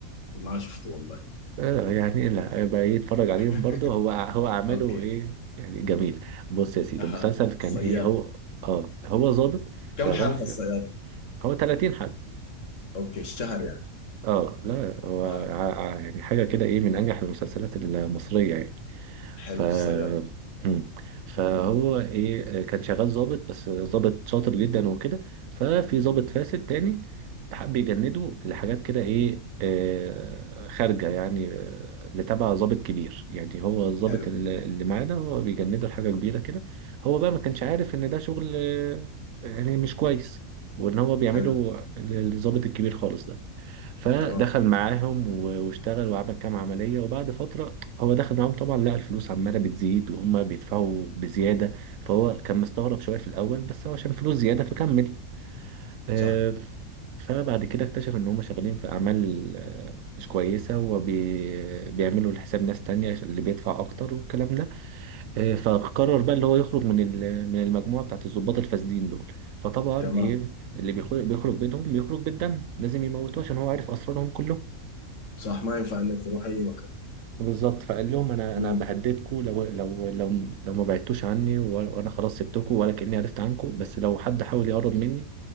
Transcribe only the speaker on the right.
آه يعني لا هيبقى ايه اتفرج عليهم
برضه هو هو اعماله
ايه يعني جميل بص يا سيدي
المسلسل كان
ايه هو اه هو ظابط
شغال
في
هو 30 حلقة
اه لا هو
ع- ع- يعني حاجة كده ايه من انجح المسلسلات المصرية يعني
ف
مم. فهو ايه كان شغال ظابط بس ظابط شاطر جدا وكده ففي ظابط فاسد تاني حب يجنده لحاجات كده ايه آه، خارجه يعني آه، اللي تبع ظابط كبير يعني هو الظابط
اللي اللي معاه ده هو بيجنده لحاجه كبيره كده هو بقى ما كانش عارف ان ده شغل آه، يعني مش كويس وان هو بيعمله
للظابط الكبير خالص ده فدخل
معاهم و- واشتغل وعمل كام عملية وبعد فترة هو دخل معاهم طبعا لقى الفلوس عمالة بتزيد وهم بيدفعوا بزيادة فهو كان مستغرب شوية في الأول بس هو عشان فلوس زيادة فكمل آه،
فبعد كده اكتشف إن هم شغالين في أعمال آه، مش كويسة وبيعملوا لحساب ناس تانية اللي بيدفع أكتر والكلام ده آه، فقرر بقى اللي هو يخرج من ال- من المجموعة بتاعت الضباط الفاسدين دول فطبعا
إيه اللي بيخرج بيخرج بينهم بيخرج بالدم لازم يموتوه عشان هو عارف أسرارهم كلهم
بالظبط فقال لهم انا
انا بهددكم لو لو لو لو ما بعدتوش عني و- وانا خلاص سبتكم ولا كاني عرفت عنكم بس لو حد حاول يقرب مني